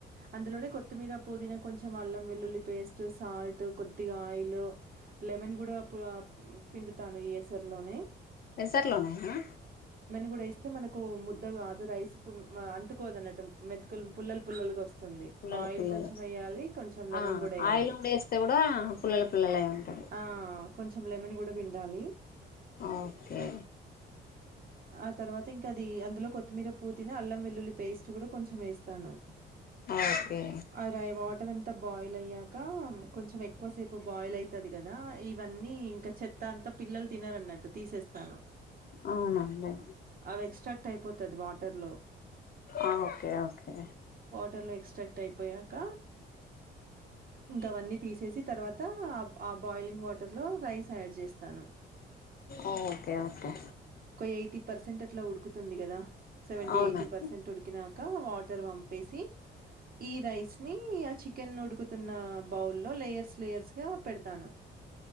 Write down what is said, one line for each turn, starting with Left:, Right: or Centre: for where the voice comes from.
Right: అందులోనే కొత్తిమీర, పుదీనా, కొంచెం అల్లం వెల్లుల్లి పేస్ట్, సాల్ట్ కొద్దిగా ఆయిల్. లెమన్ కూడా పిండుతాను ఎసరిలోనే.
Left: ఎసర్లోనో నే నా?
Right: గూడా ఏస్తే మనకు ముద్ద కాదు రైస్ అంటుకోదు అన్నట్టు మెతుకులు పుల్లలు పుల్లలగా వస్తుం
Left: పుల్లలు
Right: ఆయిల్
Left: పుల్లలు
Right: కొంచెం వేయాలి కొంచెం లెమన్
Left: ఆ
Right: కుడా ఏయాలి
Left: ఆయిల్ కూడా వేస్తే కూడా పుల్లలు పుల్లలై ఉంటది
Right: ఆ కొంచెం లేమన్ కూడా పిండాలి
Left: ఆ ఓకే
Right: ఆ తర్వాత ఇంకా అది అందులో కొత్తిమీర పుదీనా అల్లం వెల్లుల్లి పేస్ట్ కూడా కొంచెం ఏస్తాను
Left: ఓకే
Right: అ వాటర్ అం త బాయిల్ అయ్యాక కొంచెం ఎక్కువ సేపు బాయిల్ అయి తది కదా ఇవన్నీ ఇంకా చెత్త అంతా పిల్లలు తినరన్నట్టు తీసేస్తాను
Left: అవునండి
Right: అవి ఎక్స్ట్రాక్ట్ అయిపోతాది వాటర్లో
Left: ఆ ఓకే ఓకే
Right: టర్లో ఎక్స్ట్రాక్ట్ అయిపోయాక ఇంకా అవన్నీ తీసేసి తర్వా త ఆ బాయిలింగ్ వాటర్లో రైస్ యాడ్ చేస్తాను
Left: ఓ ఓకే ఓకే
Right: ఎయిటి పర్సెంట్ అట్లా ఉడుకుతుంది కదా సెవేన్టి
Left: అవునా
Right: ఎయిటి పర్సెంట్ ఉడికినాక వా టర్ వంపేసి ఈ రైస్‌ని ఆ చికెన్ ఉడుకుతున్న బౌల్లో లేయర్స్ లేయర్స్ గా పెడతాను